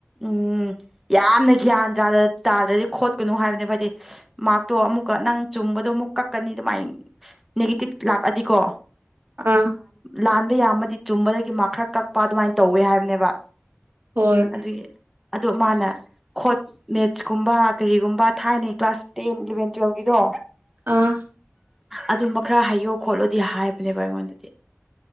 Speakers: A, in the centre; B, on the right.
A: ꯎꯝ ꯌꯥꯝꯅ ꯒ꯭ꯌꯥꯟ ꯇꯥꯗ꯭ꯔꯗꯤ ꯈꯣꯠꯀꯅꯨ ꯍꯥꯏꯕꯅꯦ ꯍꯥꯏꯗꯤ ꯃꯍꯥꯛꯇꯣ ꯑꯃꯨꯛꯀ ꯅꯪ ꯆꯨꯝ ꯗꯣ ꯑꯃꯨꯛ ꯀꯛꯀꯅꯤ ꯑꯗꯨꯃꯥꯏ ꯅꯦꯦꯇꯤꯞ ꯂꯥꯛꯑꯗꯤꯀꯣ
B: ꯑꯥ
A: ꯂꯥꯟꯕ ꯌꯥꯝꯃꯗꯤ ꯆꯨꯝꯕꯗꯒꯤ ꯃꯥ ꯈꯔ ꯀꯛꯄ ꯑꯗꯨꯃꯥꯏꯅ ꯇꯧꯋꯦ ꯍꯥꯏꯕꯅꯦꯕ
B: ꯍꯣꯏ
A: ꯑꯗꯨꯒꯤ ꯑꯗꯣ ꯃꯥꯅ ꯈꯣꯠ ꯃꯦꯠꯁ ꯀꯨꯝꯕ ꯀꯔꯤꯒꯨꯝꯕ ꯊꯥꯏꯅꯩ ꯀ꯭ꯂꯥꯁ ꯇꯦꯟ ꯏꯂꯚꯦꯟ ꯇꯨꯋꯦꯜꯚꯒꯤꯗꯣ
B: ꯑꯥ
A: ꯑꯗꯨꯝꯕ ꯈꯔ ꯍꯥꯏꯩꯌꯣ ꯈꯣꯠꯂꯣꯗꯤ ꯍꯥꯏꯕꯅꯦꯕ ꯑꯩꯉꯣꯟꯗꯗꯤ